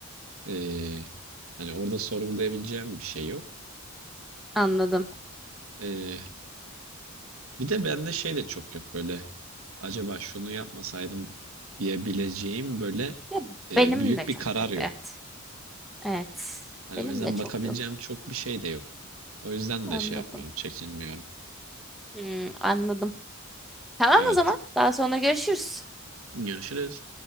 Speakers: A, on the right (about 70°); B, in the centre.
A: e, hani orada sorgulayabileceğim bir şey yok.
B: anladım.
A: E, Bir de bende şey de çok yok böyle. Acaba şunu yapmasaydım diyebileceğim böyle
B: Ya
A: e,
B: benim
A: büyük
B: de
A: bir
B: çok
A: karar
B: yok
A: yok.
B: evet. Evet.
A: Hani
B: Benim
A: o yüzden
B: de çok
A: bakabileceğim
B: yok.
A: çok bir şey de yok. O yüzden
B: Anladım.
A: de şey yapmıyorum, çekinmiyorum.
B: Hmm, anladım. Tamam
A: Evet.
B: o zaman. Daha sonra görüşürüz.
A: Görüşürüz.